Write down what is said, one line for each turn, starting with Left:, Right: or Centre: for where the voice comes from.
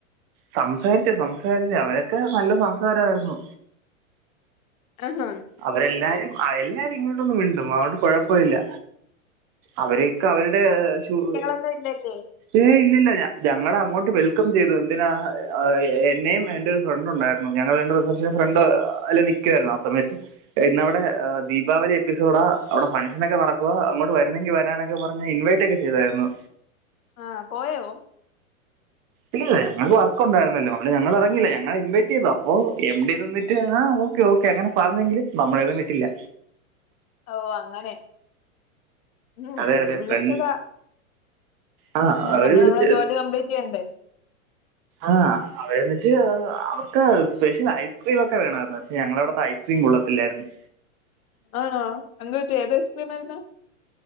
Right: സംസാരിച്ച സംസാരിച്ച അവരൊക്കെ നല്ല സംസാരമായിരുന്നു.
Left: ആഹ്.
Right: അവരെല്ലാരും അ എല്ലാരും ഇങ്ങോട്ടൊന്നും മിണ്ടും അകൊണ്ട് കൊഴപ്പമില്ല അവരക്കെ അവരുടെ സുഖ
Left: ഇപ്പോ ഇല്ലല്ലേ..
Right: ഏഹ ഇല്ല ഇല്ല ഞ ഞങ്ങള അങ്ങോട്ട് വെൽക്കം ചെയ്തു എന്തിനാ അ എന്നെയയും എന്റെ ഒരു ഫ്രണ്ട് ഉണ്ടായിരുന്നു.. ഞങ്ങൾ എന്റെ റിസപ്ഷൻ ഫ്രണ്ട് അല്ല നിൽക്കുയിരുന്നു ആ സമയത്ത് ഇന്ന അവിടെ ദീപാവലി എപ്പിസോഡാ അവിടെ ഫംങ്ഷൻ ഒക്കെ നടക്കുവ അങ്ങോട്ട് വരുന്നെങ്കിൽ വരാനൊക്കെ പറഞ്ഞ ഇൻവൈറ്റ് ഇൻവൈറ്റ് ചെയ്താരുന്നു
Left: ആ പോയോ..
Right: ഇല്ല ഞങ്ങൾക്ക് വർക്കണ്ടായിരുന്നല്ലോ അങ്ങനെ ഞങ്ങൾ ഇറങ്ങയില്ല ഞങ്ങൾ ഇൻവൈറ്റ് ചെയ്തു അപ്പോ എംഡി നിന്നിട്ട് ആഓ ഓക്കെഒക്കെ അങ്ങനെ പറഞ്ഞെങ്കിലും നമ്മളേന്നും കിട്ടില്ല
Left: ഓ അങ്ങനെ ഉം
Right: അതെ
Left: അവര്
Right: അതെ
Left: വിളിച്ചതാ
Right: ഫ്രണ്ട് ആ
Left: എന്നാലും
Right: അവര്
Left: നമ്മള്
Right: വിളിച്ച്
Left: നമ്മള ജോലി കംപ്ലീറ്റ് ഒക്കെയുണ്ട്..
Right: ആഹ് അവടെ എന്നിട്ട് അവർക്ക് സ്പെഷ്യൽ ഐസ്ക്രീം ഒക്കെ വേണമായിരുന്നു പക്ഷെ ഞങ്ങള അടുത്തെ ഐസ് സ്ക്രീം കൊള്ളത്തില്ലായിരുന്നു.
Left: ആണ എന്തുപറ്റി ഏത് ഐസ്ക്രീം ആരിന്ന്?